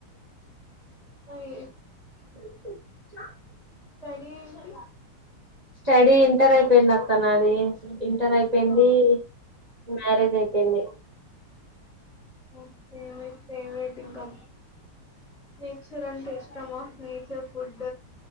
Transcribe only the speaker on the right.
బా చె.
స్టడీ ఇంటర్ అయిపోయింది అక్క నాది. ఇంటర్ అయిపోయింది.
మ్యారేజ్ అయిపోయింది.